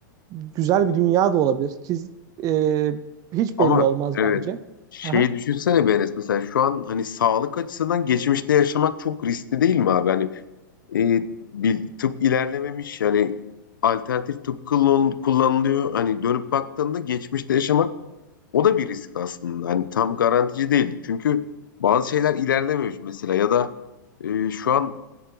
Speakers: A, on the right (about 35°); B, on the left (about 85°).
A: güzel bir dünya da olabilir. Ki e, hiç
B: Ama
A: belli olmaz
B: evet
A: bence.
B: şeyi
A: Aha.
B: düşünsene be Enes mesela şu an hani sağlık açısından geçmişte yaşamak çok riskli değil mi abi? Hani e, bir tıp ilerlememiş yani alternatif tıp kullan- kullanılıyor. Hani dönüp baktığında geçmişte yaşamak o da bir risk aslında. Hani tam garantici değil. Çünkü bazı şeyler ilerlememiş mesela ya da e, şu an